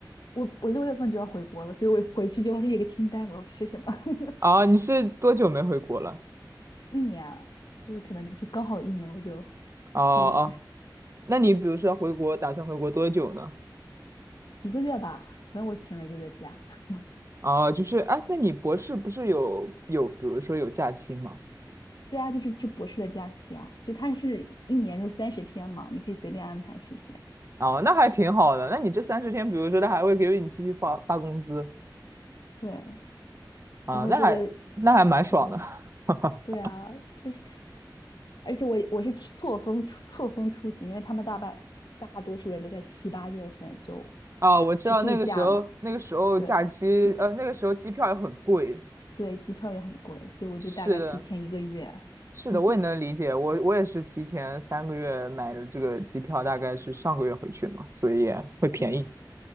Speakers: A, on the left; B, on the right.
A: 我我六月份就要回国了，所以我回去就要列个清单，我要吃什么。<laughs>
B: 啊，你是多久没回国了？
A: 一年啊就是可能就刚好一年，我就
B: 哦哦，
A: 回去
B: 那你比如说回国，打算回国多久呢？
A: 一个月吧，反正我请了一个月假。<laughs>
B: 哦，就是哎，那你博士不是有有比如说有假期吗？
A: 对啊，就是这博士的假期啊，就它是一年就三十天嘛，你可以随便安排时间。
B: 哦，那还挺好的。那你这三十天，比如说他还会给你继续发发工资
A: 对，
B: 啊，
A: 然后这个
B: 那还那还蛮爽的。
A: 嗯。
B: <laughs>
A: 对啊，就是，而且我我是错峰出错峰出行，因为他们大半大多数人都在七八月份就
B: 啊，我知道那个时候，
A: 去度假嘛，
B: 那个时候假期，
A: 对，机票
B: 呃，那个时候机票也很贵。
A: 对机票也很贵，所以我就大概提前一个月，
B: 是的，是的，
A: <laughs>
B: 我也能理解。我我也是提前三个月买的这个机票，大概是上个月回去嘛，所以也会便宜。
A: 对，